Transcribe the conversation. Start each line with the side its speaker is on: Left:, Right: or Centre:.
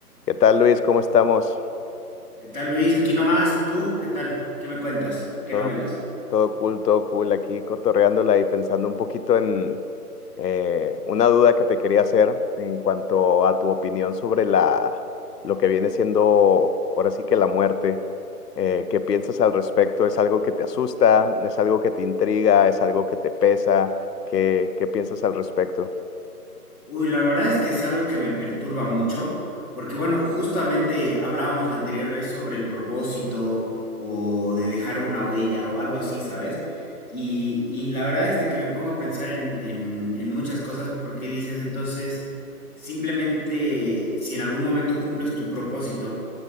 Left: ¿Qué tal, Luis? ¿Cómo estamos?
Centre: ¿Qué tal, Luis? Aquí nomás, ¿tú qué tal? ¿Qué me cuentas? ¿Qué
Left: Todo,
Centre: novelas?
Left: todo cool, todo cool. Aquí cotorreándola y pensando un poquito en eh, una duda que te quería hacer en cuanto a tu opinión sobre la, lo que viene siendo ahora sí que la muerte. Eh, ¿qué piensas al respecto? ¿Es algo que te asusta? ¿Es algo que te intriga? ¿Es algo que te pesa? ¿Qué, qué piensas al respecto?
Centre: Uy, la verdad es que es algo que me perturba mucho, porque bueno, justamente hablábamos la anterior vez sobre el propósito o de dejar una huella o algo así, ¿sabes? Y, y la verdad es de que me pongo a pensar en, en, en muchas cosas porque dices, entonces, simplemente si en algún momento cumples tu propósito